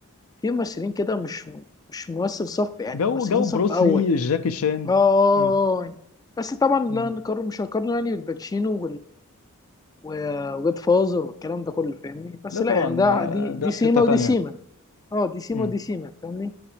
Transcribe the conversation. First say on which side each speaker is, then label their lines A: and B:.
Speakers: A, on the left; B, on the left.
A: في ممثلين كده مش مش ممثل صف يعني
B: جو
A: ممثلين
B: جو
A: صف
B: بروسلي
A: اول
B: جاكي شان
A: اه آه،
B: مم.
A: آه. بس طبعا لا
B: مم.
A: نقارن مش هنقارن يعني بالباتشينو وجود فازر والكلام ده كله فاهمني بس
B: لا
A: لا
B: طبعا
A: يعني ده
B: آه،
A: دي دي
B: ده في
A: سيما
B: حتة
A: ودي
B: تانية
A: سيما اه دي سيما
B: مم.
A: ودي سيما فاهمني